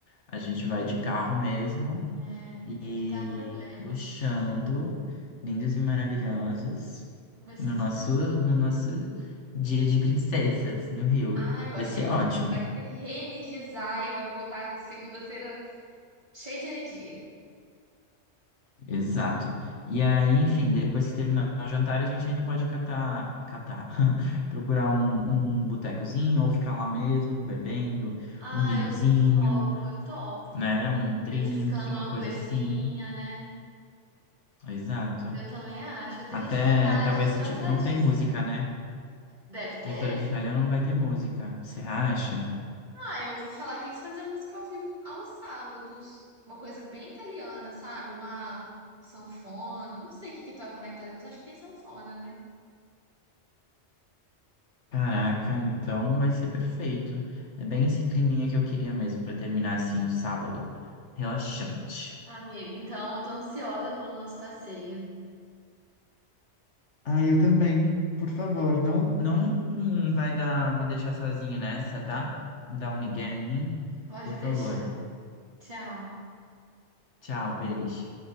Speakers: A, on the left; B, on the right.
A: A gente vai de carro mesmo
B: É,
A: e
B: evitar problemas.
A: luxando, lindos e maravilhosos,
B: Vai
A: no
B: ser
A: nosso,
B: tudo de bom.
A: no nosso dia de princesas no Rio.
B: Ah, eu
A: Vai
B: acho
A: ser
B: que a gente
A: ótimo.
B: vai ter reenergizar e vai voltar segunda-feira cheio de energia.
A: Exato. E aí, enfim, depois que terminar o jantar, a gente ainda pode catar, catar, <laughs> procurar um, um botecozinho ou ficar lá mesmo bebendo
B: Ah,
A: um vinhozinho,
B: eu topo, eu topo.
A: né? Um drink,
B: Petiscando
A: uma
B: uma
A: coisa
B: coisinha,
A: assim.
B: né?
A: Exato.
B: Eu também acho. Até
A: Até
B: a gente voltar
A: talvez se
B: cansadíssimo.
A: ti- não tem música, né?
B: Deve ter.
A: Restaurante italiano não vai ter música. Você acha?
B: Ah, eu ouvi falar que eles faziam música ao vivo aos sábados. Uma coisa bem italiana, sabe? Uma sanfona. Não sei o que que toca na Itália, mas acho que tem sanfona, né?
A: Caraca, então vai ser perfeito. É bem esse climinha que eu queria mesmo pra terminar assim um sábado relaxante.
B: Amigo, então eu tô ansiosa pelo nosso passeio.
A: Ah, eu também. Por favor, não, não hum, vai dar me deixar sozinho nessa, tá? Dá um migué em mim,
B: Pode
A: por
B: deixar.
A: favor.
B: Tchau.
A: Tchau, beijo.